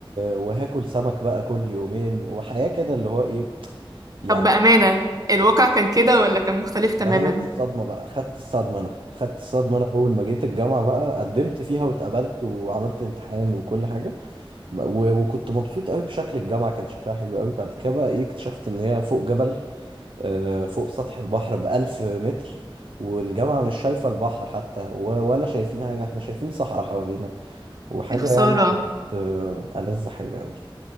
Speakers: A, on the right; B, on the right.
A: وهاكل سمك بقى كل يومين وحياة كده اللي هو ايه يعني
B: طب بأمانة الواقع كان كده ولا كان مختلف تماما
A: ما هي دي الصدمة بقى خدت الصدمة انا خدت الصدمة انا اول ما جيت الجامعة بقى قدمت فيها واتقبلت وعملت امتحان وكل حاجة و- وكنت مبسوط قوي بشكل الجامعة كان شكلها حلو قوي بعد كده بقى ايه اكتشفت ان هي فوق جبل آه، فوق سطح البحر بألف متر والجامعة مش شايفة البحر حتى و- ولا شايفين حاجة احنا شايفين صحراء حوالينا وحاجة
B: يا خسارة
A: يعني كانت آه، ألذ حاجة قوي